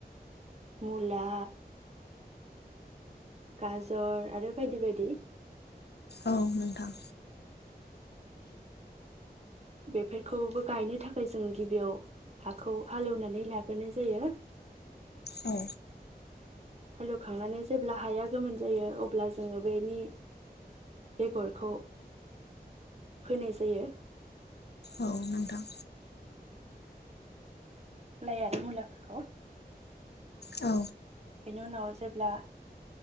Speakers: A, on the right; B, on the left.
A: मुला गाजर आरो बायदि बायदि।
B: औ नोंथां
A: बेफोरखौबो गायनो थाखाय जों गिबियाव हाखौ हालेवनानै लाग्रोनाय जायो।
B: औ
A: हालेवखांनानै जेब्ला हाया गोमोन जायो अब्ला जोङो बेनि बेगरखौ फोनाय जायो।
B: औ नोंथां।
A: लाइ आरो मुलाफोरखौ
B: औ।
A: बेनि उनाव जेब्ला